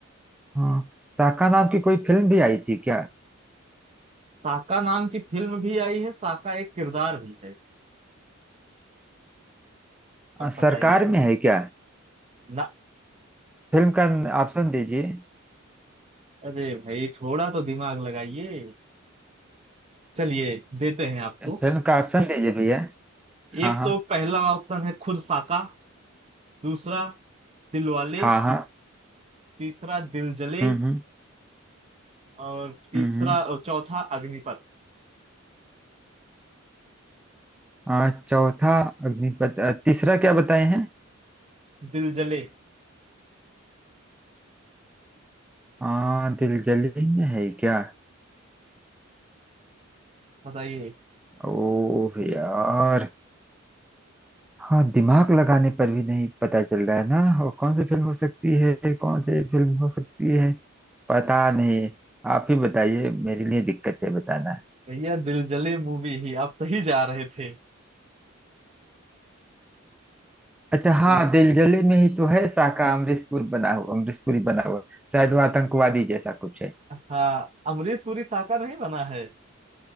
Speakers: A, in the centre; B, on the right.
A: हाँ शाखा नाम की कोई फिल्म भी आई थी क्या
B: साका नाम की फिल्म भी आई है साका एक किरदार भी है अब
A: अ,
B: बताइए
A: सरकार में है क्या
B: ना
A: फिल्म का ऑप्शन दीजिए
B: अरे भाई थोड़ा तो दिमाग लगाइए चलिए देते हैं आपको
A: फिल्म का ऑप्शन दीजिए भैया हाँ
B: एक
A: हाँ
B: तो पहला ऑप्शन है खुद साका दूसरा दिलवाले
A: हाँ हाँ
B: तीसरा दिल जले
A: हम्म हम्म
B: और तीसरा
A: हम्म हम्म।
B: और चौथा अग्निपथ
A: आ, चौथा अग्निपथ अ, तीसरा क्या बताए हैं
B: दिल जले
A: आ, दिलजली में है क्या
B: बताइए
A: ओह यार हाँ दिमाग लगाने पर भी नहीं पता चल रहा है ना और कौन सी फिल्म हो सकती है कौन सी फिल्म हो सकती है पता नहीं आप ही बताइए मेरे लिए दिक्कत है बताना
B: भैया दिल जले मूवी ही आप सही जा रहे थे
A: अच्छा
B: दिल,
A: हाँ दिलजले में ही तो है साका अमरीशपुर बना हुआ अमरीशपुरी बना हुआ शायद वो आतंकवादी जैसा कुछ है
B: हाँ अमरीश पुरी साका नहीं बना है